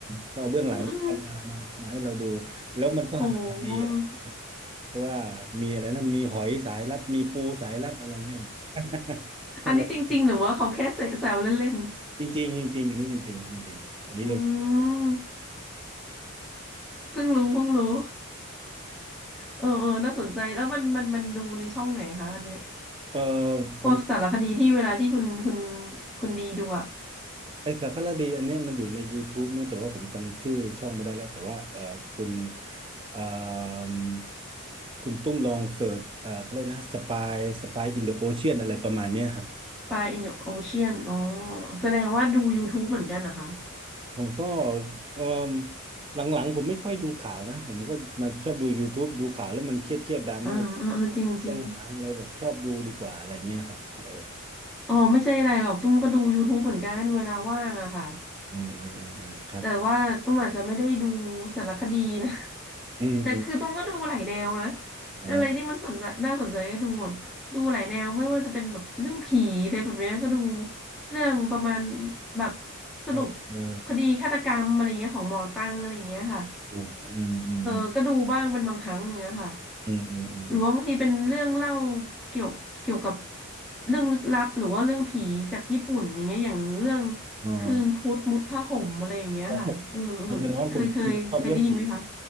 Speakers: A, on the right; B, in the centre.
A: เขาเอาเบื้องหลังมามามาให้เราดู
B: เออเออ
A: แล้วมันก็หาดีอะไร
B: โห
A: เพราะว่ามีอะไรนะมีหอยสายลับมีปูสายลับอะไรเงี้ย <laughs>
B: อันนี้จริงๆหรือว่าเขาแค่เสแซวเล่น
A: จริงจริงจริงๆอันนี้จริงๆจริงๆอันนี้เรื่อง
B: ๆอืมเพิ่งรู้เพิ่งรู้เออเออน่าสนใจแล้วมันมันมันดูในช่องไหนคะอันเนี้ย
A: เออผม
B: พวกสารคดีที่เวลาที่คุณคุณคุณดีดูอะ
A: ไอสารคดีอันเนี้ยมันอยู่ใน YouTube เนอะแต่ว่าผมจำชื่อช่องไม่ได้แล้วแต่ว่าเอ่อคุณเอ่มคุณตุ้มลองเสิร์ชเอ่อเขาเรียกนะสปายสปายอินเดอะโอเชียนอะไรประมาณเนี้ยครับเออ
B: ปลา in the ocean อ๋อแสดงว่าดู YouTube เหมือนกันนะคะ
A: ผมก็เอ่มหลังๆผมไม่ค่อยดูข่าวนะผมก็มาชอบดู YouTube ดูข่าวแล้วมันเครียดเครียดดราม่า
B: อ่าอ่าอ่าจริงจริง
A: เลยหาอะไรแบบชอบดูดีกว่าอะไรเงี้ยครับเออ
B: อ๋อไม่ใช่อะไรหรอก ตุ้มก็ดู YouTube เหมือนกันเวลาว่างอะค่ะ
A: อืมอืมอืมอืมครับ
B: แต่ว่าตุ้มอาจจะไม่ได้ดูสารคดีนะ <laughs>
A: อืมอืม
B: แต่คือตุ้มก็ดูหลายแนวนะ
A: อ่า
B: อะไรที่มันสนใจน่าสนใจก็ดูหมด ดูหลายแนวไม่ว่าจะเป็นแบบเรื่องผีอะไรแบบเนี้ยก็ดูเรื่องประมาณแบบสรุป
A: เออเออ
B: คดีฆาตกรรมอะไรเงี้ยของหมอตั้งอะไรเงี้ยค่ะ
A: อืมอืมอืม
B: เออก็ดูบ้างเป็นบางครั้งอย่างเงี้ยค่ะ
A: อืมอืมอืมอืม
B: หรือว่าบางทีเป็นเรื่องเล่าเกี่ยวเกี่ยวกับเรื่องลึกลับหรือว่าเรื่องผีจากญี่ปุ่นอย่างเงี้ยอย่างเรื่อง
A: อ๋อ
B: คืนพุธมุดผ้าห่มอะไรอย่างเงี้ยค่ะเออเออเคยเคยเคยได้ยินไหมคะ
A: ครับผมแสดงว่าคุณคุณชอบเรื่องผี